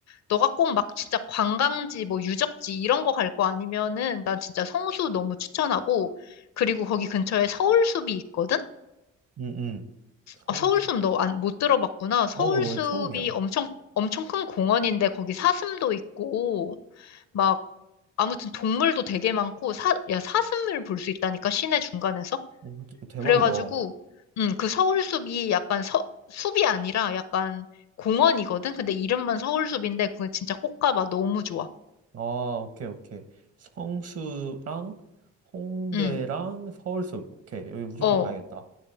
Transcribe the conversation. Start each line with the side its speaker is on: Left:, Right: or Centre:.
Left: 너가 꼭 막 진짜 관광지, 뭐 유적지 이런 거 갈 거 아니면은 난 진짜 성수 너무 추천하고, 그리고 거기 근처에 서울숲이 있거든?
Right: 음, 서울에서.
Left: 아, 서울숲 너 안, 못 들어봤구나. 서울숲이
Right: 어, 처음이야.
Left: 엄청, 엄청 큰 공원인데 거기 사슴도 있고, 막 아무튼 동물도 되게 많고 사, 야, 사슴을 볼 수 있다니까 시내 중간에서.
Right: 오, 대- 대박이다.
Left: 그래가지고 음, 그 서울숲이 약간 서, 숲이 아니라 약간 공원이거든. 근데 이름만 서울숲인데 그건 진짜 꼭 가봐. 너무 좋아.
Right: 아, 오케이, 오케이. 성수랑 홍대랑
Left: 음.
Right: 서울숲. 오케이, 여기 무조건
Left: 어.
Right: 가야겠다.